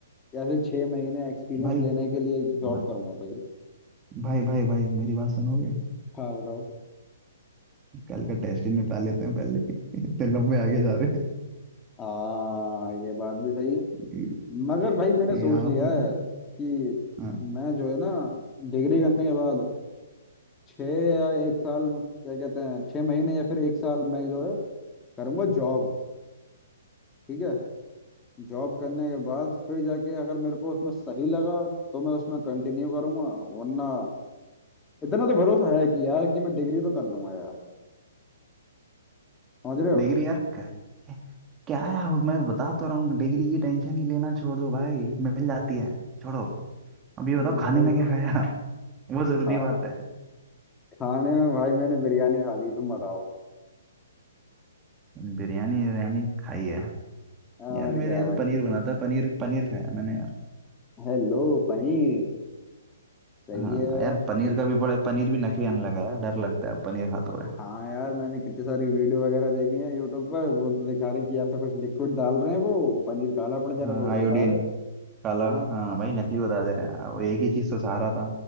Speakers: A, on the left (about 15°); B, on the right (about 20°).
A: या फिर छह महीने एक्सपीरियंस
B: भाई
A: लेने के लिए जॉब
B: म-
A: करूंगा भाई
B: भाई भाई भाई मेरी बात सुनोगे
A: हाँ बताओ
B: कल का टेस्ट ही निपटा लेते हैं पहले <laughs> इतने लंबे आगे जा रहे
A: हाँ ये बात भी सही है
B: हैं
A: मगर भाई मैंने
B: यहाँ
A: सोच लिया
B: पे
A: है कि
B: हाँ
A: मैं जो है ना डिग्री करने के बाद छः या एक साल क्या कहते हैं छः महीने या फिर एक साल मैं जो है करूँगा जॉब ठीक है जॉब करने के बाद फिर जाके अगर मेरे को उसमें सही लगा तो मैं उसमें कंटिन्यू करूँगा वरना इतना तो भरोसा है कि यार कि मैं डिग्री तो कर लूंगा यार समझ रहे हो
B: डिग्री यार क्या क्या है वो मैं बता तो रहा हूँ डिग्री की टेंशन ही लेना छोड़ दो भाई मिल जाती है छोड़ो अब ये
A: वही
B: बताओ खाने में क्या
A: तो
B: खाया <laughs> वो जरूरी
A: खा
B: बात है
A: खाने में भाई मैंने बिरयानी खा ली तुम बताओ
B: बिरयानी बिरयानी खाई है
A: और
B: यार मेरे
A: क्या
B: यहाँ
A: भाई
B: तो पनीर बना था पनीर पनीर खाया मैंने यार
A: हेलो पनीर सही
B: हाँ
A: है
B: यार पनीर का भी बड़ा पनीर भी नकली आने लगा यार डर लगता है पनीर खाते हुए
A: हाँ यार मैंने कितनी सारी वीडियो वगैरह देखी है यूट्यूब पर वो तो दिखा रहे हैं कि ऐसा कुछ लिक्विड डाल रहे हैं वो वो पनीर काला पड़ जा
B: हाँ
A: रहा था वो
B: आयोडीन
A: बेकार है
B: काला
A: हाँ
B: हाँ भाई नकली बता दे रहे हैं वो एक ही चीज़ तो सहारा था